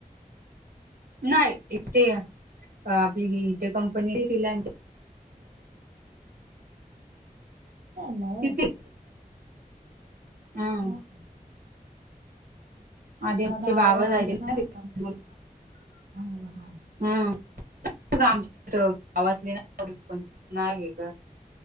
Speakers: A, on the right; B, on the right.
A: नाही ते आपली इथे कंपनी तिला.
B: नाय
A: तिथे हम
B: ह. <inaudible>
A: आधी आमचे
B: गावावर
A: बाबा जायचे
B: आले ना
A: तिथे
B: कंपनी हा हा.
A: हा. आमच्या गावातले ना प आहे का <inaudible>